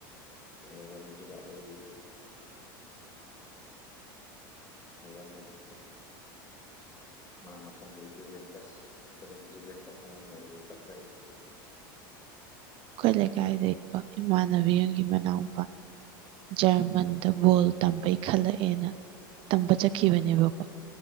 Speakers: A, on the left; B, on the right.
A: <unintelligible> ꯑꯗꯨꯅ <unintelligible> ꯃꯥ ꯃꯊꯪꯗꯒꯤ ꯖꯨꯕꯦꯡꯀꯁ ꯖꯨꯕꯦꯡꯀꯁ ꯍꯥꯏ ꯑꯗꯨꯗ ꯆꯠꯈꯔ
B: ꯑꯩꯈꯣꯏ ꯂꯩꯀꯥꯏꯗꯒꯤꯀꯣ ꯏꯃꯥꯟꯅꯕꯤ ꯑꯃꯒꯤ ꯃꯅꯥꯎꯄꯥ ꯖꯔꯃꯟꯗ ꯕꯣꯜ ꯇꯝꯕꯩ ꯈꯜꯂꯛꯑꯦꯅ ꯇꯝꯕ ꯆꯠꯈꯤꯕꯅꯦꯕꯀꯣ